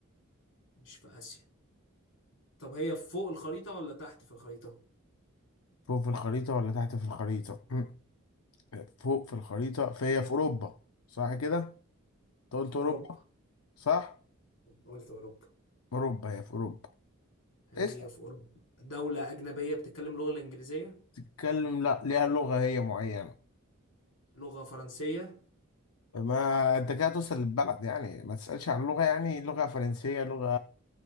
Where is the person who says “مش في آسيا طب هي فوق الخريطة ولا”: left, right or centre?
Left